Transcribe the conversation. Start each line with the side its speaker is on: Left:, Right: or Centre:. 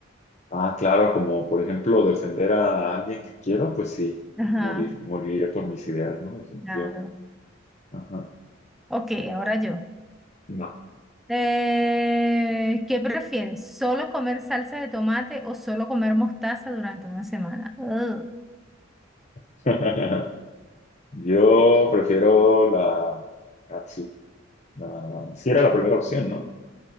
Left: Ah, claro, como por ejemplo defender a alguien que quiero, pues sí,
Centre: Ajá,
Left: morir, moriría por mis ideas, ¿no? Definitivamente.
Centre: claro.
Left: Ajá.
Centre: Ok, ahora yo.
Left: No.
Centre: Eh, ¿qué prefieres? ¿Solo comer salsa de tomate o solo comer mostaza durante una semana? Ugh.
Left: <laughs> Yo prefiero la Ah, sí la- sí era la primera opción, ¿no?